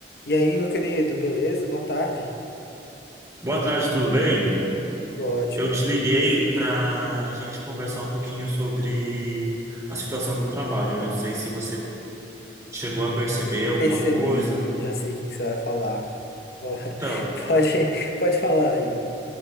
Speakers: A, on the left; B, on the right.
A: E aí, meu querido, beleza? Boa tarde.
B: Boa tarde, tudo bem?
A: Tudo ótimo,
B: Eu te
A: tranquilo.
B: liguei para a gente conversar um pouquinho sobre a situação do trabalho. Eu não sei se você chegou a perceber alguma
A: Percebi,
B: coisa.
A: já sei o que que você vai falar. Bo- <laughs>
B: Então,
A: Pode, pode falar aí.